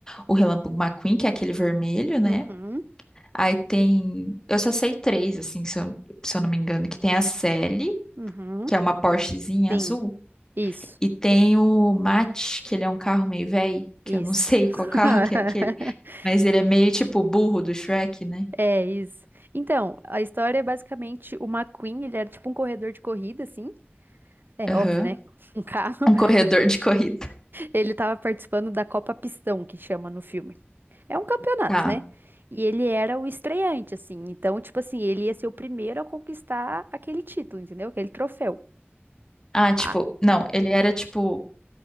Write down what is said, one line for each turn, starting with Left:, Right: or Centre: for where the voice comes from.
Left: o Relâmpago McQueen, que é aquele vermelho, né?
Right: Uhum,
Left: Aí tem, eu só sei três, assim, se eu, se eu não me engano, que tem a Sally,
Right: uhum,
Left: que é uma Porschezinha
Right: sim,
Left: azul,
Right: isso,
Left: e tem o Matt, que ele é um carro meio velho, que
Right: isso.
Left: eu não <laughs> sei qual
Right: <laughs>
Left: carro que é aquele. Mas ele é meio tipo o burro do Shrek, né?
Right: É isso. Então, a história é basicamente o McQueen, ele era tipo um corredor de corrida, assim. É
Left: Aham.
Right: óbvio, né? <laughs> Um carro.
Left: Um corredor de corrida.
Right: Ele tava participando da Copa Pistão, que chama no filme. É um campeonato,
Left: Tá.
Right: né? E ele era o estreante, assim. Então, tipo assim, ele ia ser o primeiro a conquistar aquele título, entendeu? Aquele troféu.
Left: Ah, tipo,
Right: Ah,
Left: não, ele era tipo,